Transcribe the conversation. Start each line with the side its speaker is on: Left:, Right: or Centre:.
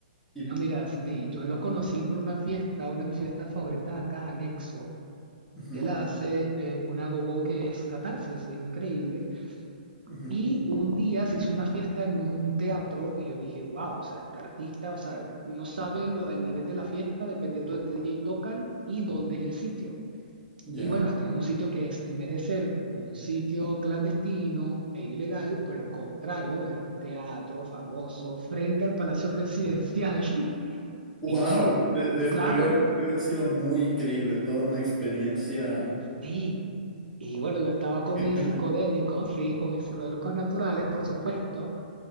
Centre: Y,
Right: No, mira, sí, yo lo conocí por una fiesta, una de mis fiestas favoritas acá, Anexo,
Centre: ujú,
Right: que la hace eh, una gogo que es Catarsis, es increíble.
Centre: ujú,
Right: Y un día se hizo una fiesta en un teatro y yo dije, wow, o sea, este artista, o sea, uno sabe lo- el nivel de la fiesta dependiendo de qué DJ tocan y dónde es el sitio.
Centre: ya.
Right: Y bueno, este es un sitio que es, en vez de ser un sitio clandestino e ilegal, por el contrario, era un teatro famoso frente al Palacio Presidencial. <laughs>
Centre: Wow,
Right: Y
Centre: de- de-
Right: claro,
Centre: debió, debió haber sido muy increíble, toda una experiencia.
Right: sí. Y bueno, yo estaba con
Centre: que
Right: mis
Centre: te han-
Right: psicodélicos, sí, con mis psicodélicos naturales, por supuesto.